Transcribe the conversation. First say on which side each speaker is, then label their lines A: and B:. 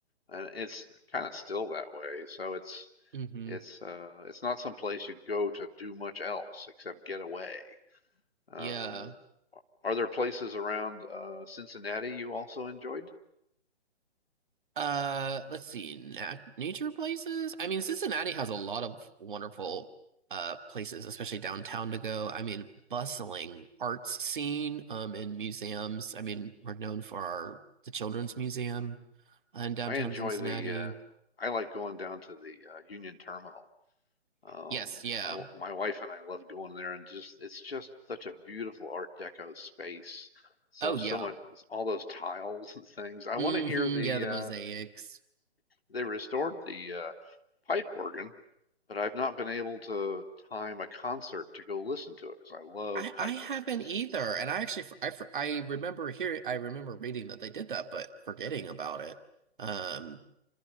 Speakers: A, on the left; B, on the right.
A: and it's kind of still that way. So it's
B: hmm
A: it's uh it's not some place you go to do much else except get away. Um,
B: Yeah.
A: Are there places around uh, Cincinnati you also enjoyed?
B: Uh, let's see. Na nature places. I mean, Cincinnati has a lot of wonderful uh places, especially downtown to go. I mean, bustling arts scene um and museums. I mean, we're known
A: Mhm.
B: for our the Children's Museum in downtown
A: I enjoy
B: Cincinnati.
A: the uh, I like going down to the uh, Union Terminal. Um,
B: Yes, yeah.
A: my w- my wife and I love going there, and just it's just such a beautiful Art Deco space. So
B: Oh yeah.
A: so much all those tiles and things. I
B: hmm
A: want to hear the
B: yeah, the
A: uh,
B: mosaics.
A: they restored the uh, pipe organ, but I've not been able to time a concert to go listen to it because I love
B: I
A: pipe
B: I haven't
A: organs.
B: either, and I actually I I remember hearing I remember reading that they did that, but forgetting about it. Um,